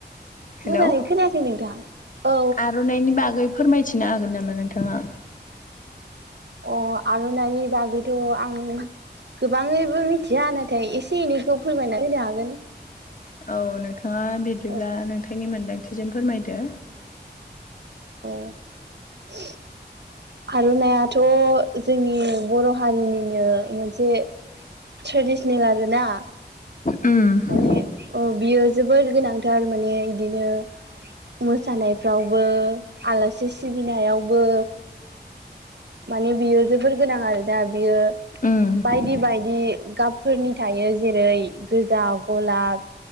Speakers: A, on the left; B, on the right.
A: हेल'
B: मोजाङै खोनायाखै नोंथां औ
A: आर'नाइनि बागै फोरमायथिनो हागोन होगोन नामा नोंथाङा
B: औ अ आर'नानि बागैथ' आं गोबाङैबो मिथिया नाथाय एसे एनैखौ फोरमायना होनो हागोन
A: औ नोंथाङा बिदिब्ला
B: औ
A: नोंथांनि मोन्दांथि थिजों फोरमायदो
B: <inaudible> आर'नाइाथ' जोंनि बर' हारिनिनो मोनसे ट्रेडिसेनेल आरो ना
A: उम
B: माने अ बियो जोबोर गोनांथार माने बिदिनो मोसानायफ्रावबो आलासि सिबिनायावबो माने बियो जोबोर गोनां आरोना बियो
A: उम
B: बायदि बायदि गाब फोरनि थायो जेरै गोजा गलाब